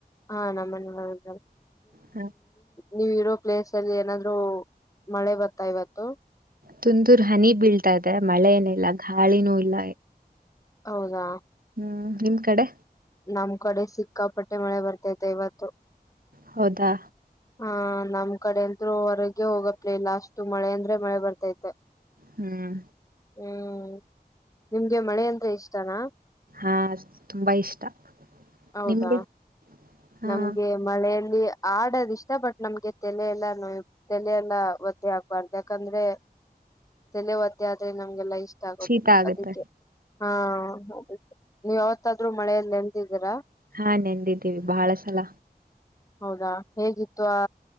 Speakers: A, on the left; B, on the right.
A: ಆ ನಮ್ಮನೇಲು ಇದ್ದಾರೆ
B: ಹ,
A: ನೀವು ಇರೋ ಪ್ಲೇಸ್ ಅಲ್ಲಿ ಏನಾದ್ರು ಮಳೆ ಬರ್ತಾ ಇವತ್ತು
B: ತುಂದುರ್ ಹನಿ ಬೀಳ್ತಾ ಇದೆ ಮಳೆ ಏನಿಲ್ಲ ಗಾಳಿನೂ ಇಲ್ಲ
A: ಹೌದಾ
B: ಹ್ಮ್ ನಿಮ್ ಕಡೆ
A: ನಮ್ ಕಡೆ ಸಿಕ್ಕಾಪಟ್ಟೆ ಮಳೆ ಬರ್ತತೆ ಇವತ್ತು
B: ಹೌದಾ
A: ಹಾ ನಮ್ ಕಡೆ ಅಂತರು ಹೊರಗೆ ಹೋಗತ್ ಇಲ್ಲ ಅಷ್ಟು ಮಳೆ ಅಂದ್ರೆ ಮಳೆ ಬರ್ತೈತೆ
B: ಹ್ಮ್
A: ಹ್ಮ್ ನಿಮ್ಗೆ ಮಳೆ ಅಂತ ಇಷ್ಟನಾ
B: ಹಾ ತುಂಬಾ ಇಷ್ಟ
A: ಹೌದಾ
B: ನಿಮ್ಗೆ ಹಾ
A: ನಮ್ಗೆ ಮಳೆಲ್ಲ ಇಲ್ಲಿ ಆಡದ ಇಷ್ಟ ಬಟ್ ನಮ್ಗೆ ತಲೆ ಎಲ್ಲಾ ನೋಯ ತಲೆ ಎಲ್ಲಾ ಒತ್ತಿ ಆಗ್ಬಾರ್ದು ಯಾಕಂದ್ರೆ ತಲೆವತ್ತೆ ಆದ್ರೆ ನಮ್ಗೆಲ್ಲೈ ಷ್ಟ ಆಗುದಿಲ್ಲ
B: ಶೀತ ಆಗತ್ತೆ
A: ಅದಕ್ಕೆ ಹಾ ಅದ ನೀವ್ ಯಾವತ್ತಾದ್ರೂ ಮಳೆಯಲ್ಲಿ ಎಂತಿದ್ದೀರಾ
B: ಹಾ ನೆಂದಿದ್ದೀವಿ ಬಹಳ ಸಲ
A: ಹೌದಾ ಹೇಗಿತ್ತು ಆ